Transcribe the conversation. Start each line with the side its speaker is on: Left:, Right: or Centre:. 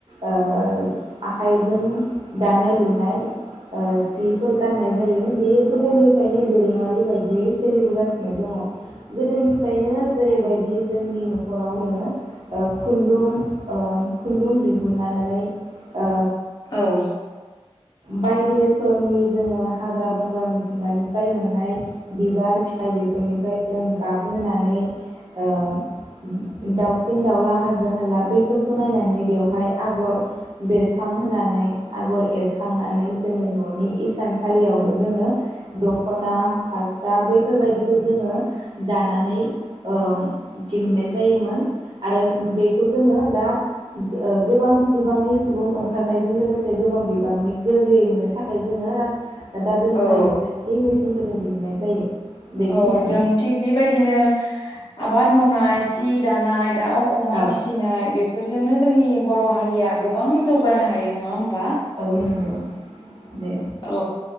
Right: ओ आखायजों दानाय लुनाय। जिफोरख। गाननाय जायो बेयो गोदोनिफ्रायनो। दोरोङारि बायदियै सोलिबोगासिनो दङ। गोदोनिफ्रायनो जेरैबायदि जोंनि न नखरावनो खुन्दुं ओ-खुन्दुं दिहुनानै ओ
Left: औ
Right: बायदि रोखोमनि जोङो हाग्रा बंग्रा मिथिंगानिफ्राय मोननाय बिबार फि फाय बेफोरनिफ्राय जों गाबहोनानै ओम। दाउसिन दाउला हाजो हाला बैफोरखौ नायनानै बेवहाय आगर बेरखां होनानै आगर एर खांनानै जोङो ननि इस सान सालियावनो जोङो दखना। फास्रा बैफोरबायदिखौ जोङो। दानानै ओ दिहुननाय। जायोमोन आरो बेखौ जोङो दा ओ गोबां बिबांनि सुबुं ओंखारनायजों लोगोसे गोबां। बांनि गोरलै मोनो। थाखाय जोङो राज- दा गोनोखोआरि
Left: औ
Right: बिखान्थि मेसिनफोरजों दिहुननाय जायो। बेखिनियानो
Left: औ जों थिग बेबायदिनो आबाद मावनाय सि दानाय दाउ अमा
Right: औ
Left: फिसिनाय बेफोरजोंनो जोंनि। बर हारिया गोबां जौगानो हायो नङा होम- बा
Right: औ नंगौ दे
Left: औ